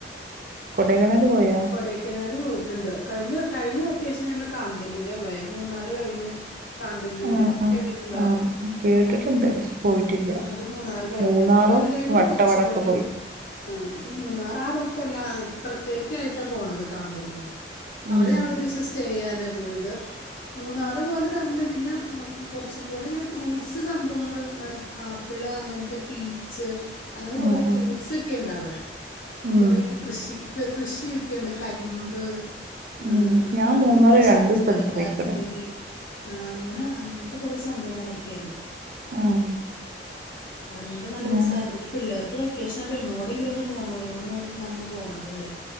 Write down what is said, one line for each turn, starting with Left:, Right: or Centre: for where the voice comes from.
Right: കൊടെയ്ക്കനാല് പോയോ?
Left: കൊടൈക്കനാല് പോയിട്ട്ണ്ട് കഴിഞ്ഞ കഴിഞ്ഞ വെക്കേഷന്ന് ഞങ്ങൾ കാന്തല്ലൂരാ പോയേ മൂന്നാറ് കഴിഞ്ഞ് കാന്തല്ലൂര്
Right: ആഹ് ആഹ്
Left: കേട്ടിട്ട്ണ്ടോ
Right: ആഹ് കേട്ടിട്ടുണ്ട് പക്ഷെ പോയിട്ടില്ല
Left: അത് മൂന്നാറ് കഴിഞ്ഞ്
Right: മൂന്നാറും
Left: മൂന്നാറ് കഴിഞ്ഞ്
Right: വട്ടവടക്ക്
Left: കൊർച്ചും കൂടി
Right: പോയി
Left: പോണം ആഹ് ഇത് മൂന്നാറ് ആ റൂട്ടല്ലാ ഇപ്പ്ർത്തേക്കായിട്ടാ പോണത് കാന്തല്ലൂര് അവിടെ
Right: ഉം
Left: ഞങ്ങളൊരു ദിവസം സ്റ്റേ ചെയ്യാനാ പോയത്. മൂന്നാറ് പോലെ തന്നെ, പിന്നെ കുറച്ചും കൂടെ ഇങ്ങനെ ഫ്രൂട്ട്സ് സംഭവങ്ങള് ഉം, ആ പ്പിള് അങ്ങൻത്തെ പീ <unintelligible> അങ്ങനെ
Right: ആഹ്
Left: കുറേ ഫ്രൂട്ട്സ്
Right: ആഹ്
Left: ഒക്കെ ഉണ്ട് അവിടെ
Right: ഉം
Left: കുറ ഇങ്ങനെ കൃഷി കൃഷിയൊക്കെയാെണ്ട് കരിമ്പ്
Right: ഉം
Left: ആഹ്
Right: ഞാൻ
Left: ആഹ്
Right: മൂന്നാറ്
Left: പിന്നെ
Right: രണ്ട്
Left: ശർക്കര
Right: സ്ഥലത്ത്
Left: ഫാക്ടറി
Right: പോയിക്ക്ണ്
Left: ആഹ് അങ്ങനെ അങ്ങൻത്തെ കൊറേ സംഭവങ്ങളൊക്കെയ്ണ്ട്
Right: ആഹ്
Left: അത്കൊണ്ട് നല്ല രസായ്ര്ന്നു
Right: ഉം
Left: പിന്നെ പിള്ളേർക്ക് വെക്കേഷനാപ്പൊ എങ്ങോട്ടെങ്കിലൊന്ന് പോണോല്ലോന്നാേർത്ത് നമ്മള് പോണതല്ലേ